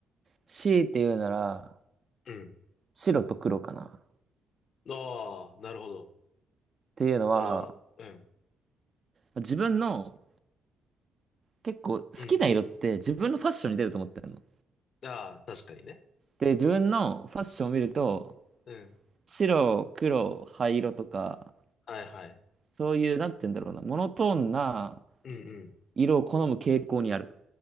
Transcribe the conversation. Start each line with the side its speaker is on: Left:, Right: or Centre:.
Right: 強いて言うなら、
Left: うん。
Right: 白と黒かな。っ
Left: ああ、なるほど。
Right: ていうのは、
Left: それは、うん。
Right: 自分の結構好きな色って自分のファッションに出ると思ってるの。
Left: うん。ああ、確かにね。
Right: で、自分のファッションを見ると、
Left: うん。
Right: 白、黒、灰色とか、
Left: はいはい。
Right: そういう、なんて言うんだろうな、モノトーンな
Left: うんうん。
Right: 色を好む傾向にある。